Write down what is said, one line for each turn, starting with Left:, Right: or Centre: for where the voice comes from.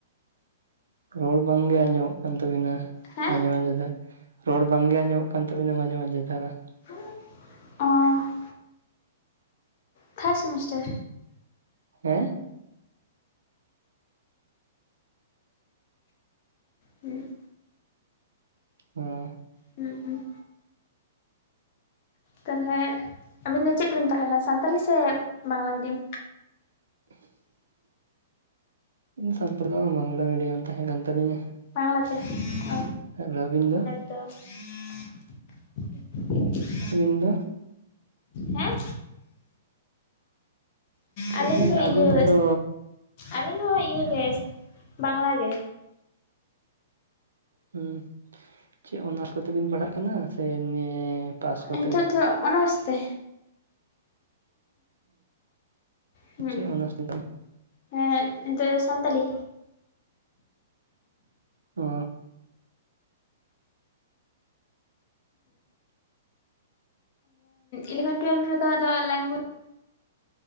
Right: ᱨᱚᱲ ᱵᱟᱝᱜᱮ ᱟᱸᱡᱚᱢᱚᱜ ᱠᱟᱱ ᱛᱟᱵᱤᱱᱟ
Left: ᱦᱮᱸ
Right: ᱢᱟᱡᱷᱮ ᱢᱟᱡᱷᱮ ᱫᱚ ᱨᱚᱲ ᱵᱟᱝᱜᱮ ᱟᱡᱚᱢᱚᱜ ᱠᱟᱱ ᱛᱟᱵᱤᱱᱟ ᱢᱟᱡᱷᱮ ᱢᱟᱡᱷᱮ ᱫᱷᱟᱨᱟ᱾
Left: ᱚ ᱛᱷᱟᱨ ᱥᱮᱢᱤᱥᱴᱟᱨ᱾
Right: ᱦᱮᱸ
Left: ᱦᱩᱸ
Right: ᱦᱩᱸ
Left: ᱦᱩᱸ ᱩᱩᱸ ᱛᱟᱦᱚᱞᱮ ᱟᱵᱤᱱ ᱫᱚ ᱪᱮᱫ ᱛᱮᱵᱤᱱ ᱯᱟᱲᱦᱟᱣ ᱞᱮᱱᱟ ᱥᱟᱱᱛᱟᱞᱤ ᱥᱮ ᱵᱟᱝᱞᱟ ᱢᱤᱰᱤᱭᱟᱢ?
Right: <inaudible> ᱥᱟᱱᱛᱟᱲ ᱫᱚ ᱵᱟᱝᱞᱟ ᱢᱤᱰᱤᱭᱟᱢ ᱛᱟᱦᱮᱸ ᱠᱟᱱ ᱛᱟᱞᱤᱧᱟ
Left: ᱵᱟᱝᱞᱟᱛᱮ ᱚ
Right: ᱟᱨ ᱟᱵᱤᱱ ᱫᱚ
Left: ᱛᱚ <unintelligible>
Right: ᱟᱵᱤᱱᱫᱚ
Left: ᱦᱮᱸ ᱟᱹᱞᱤᱧ
Right: ᱞᱟᱹᱭᱞᱤᱧ
Left: ᱫᱚ
Right: ᱟᱹᱵᱤᱱ
Left: ᱤᱭᱟᱹ
Right: ᱫᱚ
Left: ᱟᱹᱞᱤᱧ ᱦᱚᱸ ᱤᱭᱟᱹ ᱜᱮ ᱵᱟᱝᱞᱟ ᱜᱮ
Right: ᱦᱮᱸ ᱪᱮᱫ ᱚᱱᱟᱨᱥ ᱠᱟᱛᱮ ᱵᱤᱱ ᱯᱟᱲᱦᱟᱜ ᱠᱟᱱᱟ ᱥᱮ ᱮᱢᱱᱤ ᱯᱟᱥ ᱠᱚᱛᱮ
Left: ᱱᱤᱛᱳᱜ
Right: ᱜᱮ
Left: ᱫᱚ ᱚᱱᱟᱨᱥ ᱛᱮ᱾ ᱦᱩᱸ
Right: ᱪᱮᱫ ᱚᱱᱟᱨᱥ ᱛᱮᱵᱤᱱ?
Left: ᱦᱮᱸ ᱱᱤᱛᱳᱜ ᱫᱚ ᱥᱟᱱᱛᱟᱞᱤ᱾
Right: ᱚ
Left: ᱤᱞᱮᱵᱷᱮᱱ ᱴᱩᱭᱞᱵᱷ ᱨᱮᱫᱚ ᱟᱫᱚ ᱞᱮᱝᱜᱩ